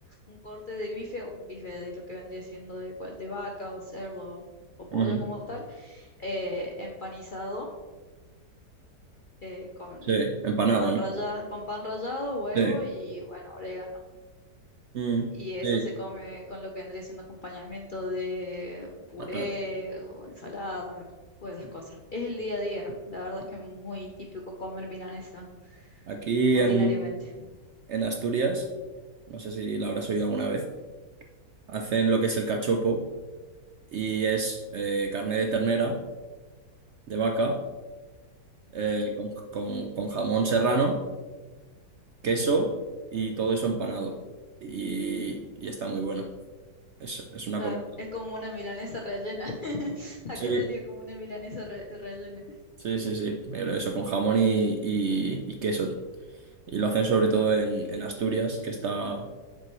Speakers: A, on the left; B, on the right.
A: un corte de bife o un bife de lo que vendría siendo de cual de vaca o cerdo o pollo
B: Ujú.
A: como tal, eh, empanizado eh, con
B: Sí, empanada,
A: pan
B: ¿no?
A: rallado, con pan rallado, huevo
B: Sí.
A: y bueno, orégano.
B: Mm,
A: Y eso
B: sí,
A: se come con lo que vendría siendo acompañamiento de puré
B: patata.
A: o ensalada o esas cosas. Es el día a día. La verdad es que es muy típico comer milanesa
B: Aquí
A: rutinariamente.
B: en, en Asturias, no sé si la habrás oído alguna vez, hacen lo que es el cachopo y es eh, carne de ternera, de vaca, eh,
A: Ujú,
B: con con- con jamón serrano queso y todo eso empanado. Y, y está muy bueno. Es, es una
A: Claro,
B: comida.
A: es como una milanesa rellena. <laughs> Acá
B: Sí,
A: sería como una milanesa re- rellena.
B: sí, sí, sí. Pero Eso con jamón y, y- y queso. Y lo hacen sobre todo en, en Asturias, que está,